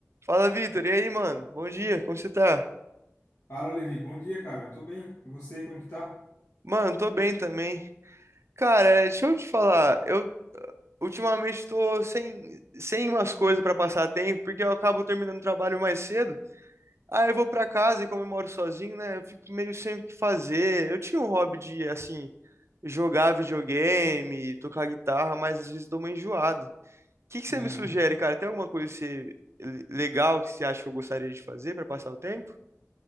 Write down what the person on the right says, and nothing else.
Fala, Vitor. E aí, mano? Bom dia, como você tá?
Mano, tô bem também. Cara, é, deixa eu te falar, eu ultimamente tô sem, sem umas coisas pra passar tempo, porque eu acabo terminando o trabalho mais cedo. Aí eu vou pra casa e como eu moro sozinho, né? Eu fico meio sem o que fazer. Eu tinha um hobby de, assim, jogar videogame, tocar guitarra, mas às vezes dou uma enjoada. O que que você
me sugere, cara? Tem alguma coisa que você- legal que você acha que eu gostaria de fazer pra passar o tempo?